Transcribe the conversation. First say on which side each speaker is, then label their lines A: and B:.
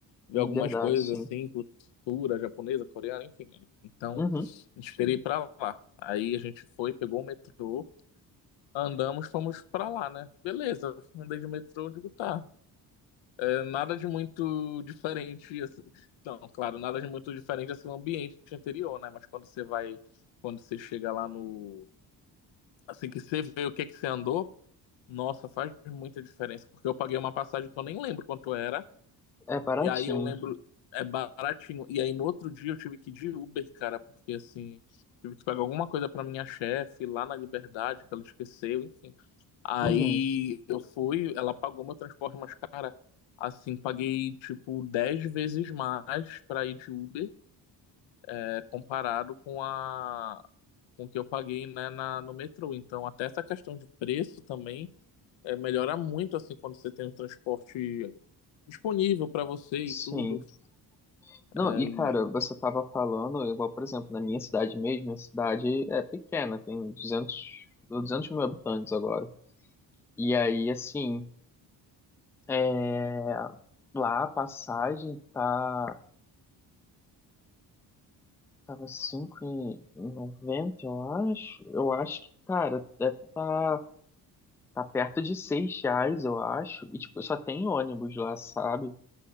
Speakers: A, on the left; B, in the centre.
A: ver
B: Hum,
A: algumas
B: Verdade,
A: coisas
B: sim.
A: assim, cultura japonesa, coreana, enfim. Então,
B: Uhum.
A: a gente queria ir para lá. Aí a gente foi, pegou o metrô, andamos, fomos para lá, né? Beleza, andei de metrô, digo, tá. É, nada de muito diferente, assim. Não, claro, nada de muito diferente assim, o ambiente anterior, né? Mas quando você vai, quando você chega lá no Assim que você vê o que é que você andou, nossa, faz muita diferença, porque eu paguei uma passagem que eu nem lembro quanto era,
B: É baratinho.
A: e aí eu lembro, é baratinho, e aí no outro dia eu tive que ir de Uber, cara, porque assim, tive que pagar alguma coisa pra minha chefe lá na Liberdade, que ela esqueceu, enfim. Aí
B: Uhum.
A: eu fui, ela pagou meu transporte, mas cara, assim, paguei tipo 10 vezes mais pra ir de Uber, é, comparado com a com o que eu paguei, né, na, no metrô. Então, até essa questão de preço também é, melhora muito assim quando você tem o transporte disponível para você
B: Sim.
A: e tudo.
B: Não,
A: É,
B: e
A: e-
B: cara, você tava falando, igual, por exemplo, na minha cidade mesmo, minha cidade é pequena, tem 200, 200 mil habitantes agora. E aí, assim, é, lá a passagem tá, tava cinco e noventa eu acho. Eu acho que, cara, deve estar. Tá perto de seis reais, eu acho. E, tipo, só tem ônibus lá, sabe?